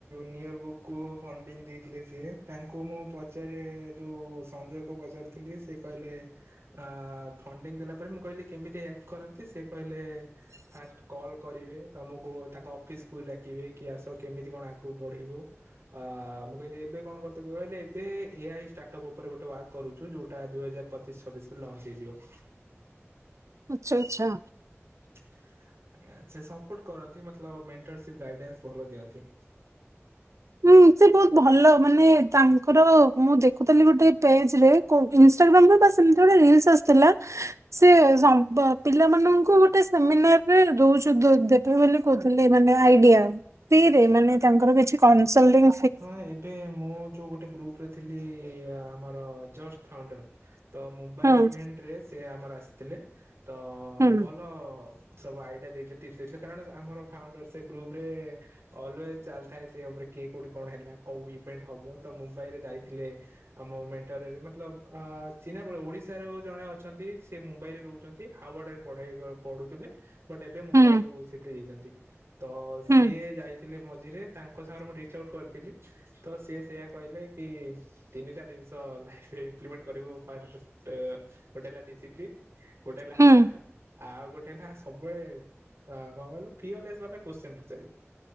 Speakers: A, on the right (about 60°); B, on the right (about 85°).
A: ନିୟର ବୁକ୍ କୁ ଫଣ୍ଡିଙ୍ଗ ଦେଇଥିଲେ ସିଏ, ତାଙ୍କୁ ମୁଁ ପ ପଚାରେ ଯୋଉ ସଞ୍ଜୟ କୁ ପଚାରୁଥିଲି ସେ କହିଲେ ଅ ଫଣ୍ଡିଙ୍ଗ ଦେଲା ପରେ ମୁଁ କହିଲି କେମିତି ହେଲ୍ପ କରନ୍ତି ସେ କହିଲେ ଫାଷ୍ଟ କଲ୍ କରିବେ ତମକୁ ତାଙ୍କ ଅଫିସ କୁ ଡାକିବେ କି ଆସ କେମିତି କଣ ଆଗକୁ ବଢିବ। ଅ ମୁଁ କହିଲି ଏବେ କଣ କରିିତେ କହିଲେ ଏବେ ଏଆଇ ଷ୍ଟା ଷ୍ଟାଟପ୍ ଉପରେ ଗୋଟେ ୱାର୍କ କରୁଚୁ ଯୋଉଟା ଦୁଇ ହଜାର ପଚିଶ ଛବିଶ ରେ ଲଞ୍ଚ ହେଇଯିବ।
B: ଆଚ୍ଛା ଆଚ୍ଛା।
A: ଆଛା ସେ ସପୋର୍ଟ କରନ୍ତି ମତଲବ୍ ମେଣ୍ଟରସିପ ଗାଇଡାନ୍ସ ଭଲ ଦିଅନ୍ତି।
B: ହୁଁ, ସେ ବହୁତ ଭଲ ମାନେ ତାଙ୍କର ମୁଁ ଦେଖୁଥିଲି ଗୋଟେ ପେଜ ରେ କୋଉ ଇନଷ୍ଟାଗ୍ରାମ ରେ ବାସ୍ ଏମିତି ଗୋଟେ ରିଲସ ଆସିଥିଲା। ସେ ସମ୍ପ ପିଲାମାନଙ୍କୁ ଗୋଟେ ସେମିନାର ରେ ଦଉଛ ଦେ ଦେ ଦେବେ ବୋଲି କହୁଥିଲି ମାନେ ଆଇଡିଆ ମାନେ ଫ୍ରୀ ରେ ତାଙ୍କର କିଛି କନ୍ସୁଲଡିଂ
A: ହଁ, ଏବେ ମୁଁ ଯୋଉ ଗୋଟେ ଗ୍ରୁପ ରେ ଥିଲି ଆମର ଜଷ୍ଟ ଫାଉଣ୍ଡର ତ ମୁମ୍ବାଇ
B: ହୁଁ
A: ଇଭେଣ୍ଟ ରେ ସେ ଆମର ଆସିଥିଲେ ତ
B: ହୁଁ
A: ଭଲ ସବୁ ଆଇଡିଆ ଦେଇଥିଲେ ଟିପସ ଦେଇଥିଲେ କାରଣ ଆମର ଫାଉଣ୍ଡର ସେ ଗ୍ରୁପ ରେ ଅଲୱେଜ ଚାଲିଥାଏ ସେ ଉପରେ କିଏ କୋଉଠି କଣ ହେଲା, କୋଉ ଇଭେଣ୍ଟ ହବ ତ ମୁମ୍ବାଇ ରେ ଯାଇଥିଲେ। ଆମ ମେଣ୍ଟରରେ ମତଲବ ଅ ଚିହ୍ନା ବଳେ ଓଡିଶାରେ ଜଣେ ଅଛନ୍ତି, ସେ ମୁମ୍ବାଇ ରେ ରହୁଛନ୍ତି ହାୱାଡ ରେ ପଢାଇ କ ପଢୁଥିଲେ ବଟ୍ ଏବେ ମୁମ୍ବାଇ
B: ହୁଁ
A: କୁ ସିଫ୍ଟ ହେଇ ଯାଇଛନ୍ତି ତ
B: ହୁଁ
A: ସିଏ ଯାଇ ଥିଲେ ମଝିରେ ତାଙ୍କ ସାଙ୍ଗରେ ମୁ ଢେ ଚାଉଟ୍ କରିଥିଲି ତ ସିଏ ସେୟା କହିଲେ କି ତିନିଟା ଜିନିଷ ତ ଲାଇଫରେ ଇମ୍ପ୍ଲିମେଣ୍ଟ କରିବ ଫାଷ୍ଟ ଗୋଟେ ହେଲା ଡିସିପ୍ଲିନ୍। ଗୋଟେ ହେଲା
B: ହୁଁ।
A: <unintelligible> ଆଉ ଗୋଟେ ଲା ସବୁବେଳେ ଆ କଣ କହିଲୁ ଫିୟରଲେସ୍ ଭାବେ କସ୍ଚୀନ୍ ପଚାରିବୁ